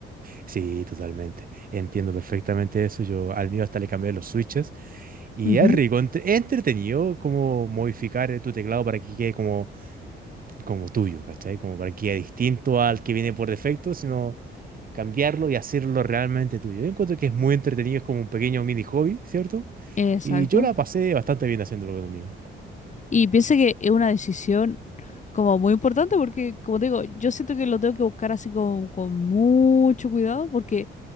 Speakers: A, on the right; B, on the left.
A: Sí, totalmente. Entiendo perfectamente eso. Yo al mío hasta le cambié los switches Y
B: Ujú,
A: es rico, entre- es entretenido como modificar eh, tu teclado para que quede como, como tuyo, ¿cachai? Como para que quede distinto al que viene por defecto, sino cambiarlo y hacerlo realmente tuyo. Yo encuentro que es muy entretenido, es como un pequeño mini hobby, ¿cierto?
B: Exacto.
A: Y yo la pasé bastante bien haciéndolo con amigos.
B: Y pienso que es una decisión como muy importante porque, como te digo, yo siento que lo tengo que buscar así con, con mucho cuidado porque